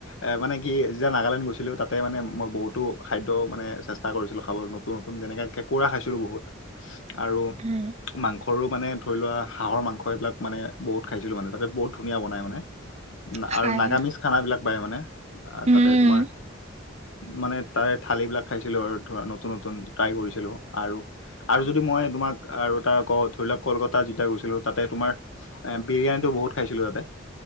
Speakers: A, on the left; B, on the right.
A: এ মানে কি যেতিয়া নাগালেণ্ড গৈছিলো তাতে মানে মই বহুতো খাদ্য মানে চেষ্ট- টা কৰিছিলো খাবলৈ নতুন, নতুন যেনে কেঁকুৰা খাইছিলো বহুত।
B: <inaudible>
A: আৰু
B: উম
A: মাং- সৰু মানে ধৰি লোৱা হাঁৰ মাংস, এইবিলাক মানে বহুত খাইছিলো মানে তাতে বহুত ধুনীয়া বনাই মানে।
B: খাই
A: আৰু নাগামিজ খানাবিলাক পায় মানে
B: উম
A: তাতে তোমাৰ। মানে তাৰে থালি বিলাক খাইছিলো আৰু ধৰা নতুন, নতুন ট্ৰাই কৰিছিলো আৰু, আৰু যদি মই তোমাক আৰু এটা ক ধৰি লওক কলকাতা যেতিয়া গৈছিলো তাতে তোমাৰ এ বিৰিয়ানী বহুত খাইছিলো ইয়াতে।